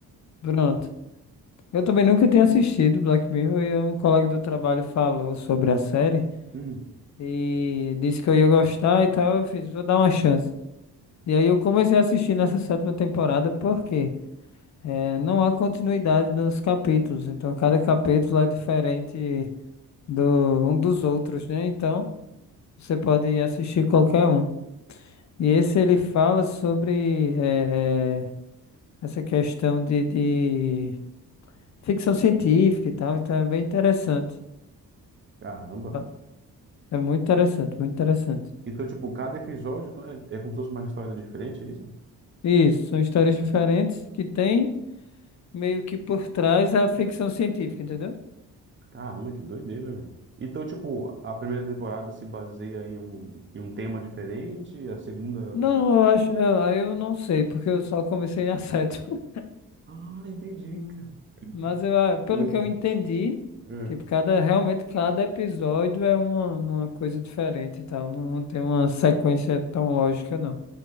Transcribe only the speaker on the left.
Pronto. Eu também nunca tinha assistido Black Mirror e um colega do trabalho falou sobre a série
e disse que eu ia gostar e tal. Eu fiz, vou dar uma chance. E aí eu comecei a assistir nessa sétima temporada, por quê? É, não há continuidade nos capítulos, então cada capítulo é diferente do um dos outros, né? Então você pode assistir qualquer um. E esse ele fala sobre é, é, essa questão de, de ficção científica e tal, então é bem interessante.
tá? É muito interessante, muito interessante.
Isso, são histórias diferentes que tem meio que por trás a ficção científica, entendeu?
Não, eu acho, eu, eu não sei, porque eu só comecei na <laughs> 7.
Hum.
Mas eu, ah,
pelo
que eu entendi,
tipo, cada, realmente cada episódio é uma, uma coisa diferente e tal. Não, não tem uma sequência tão lógica, não.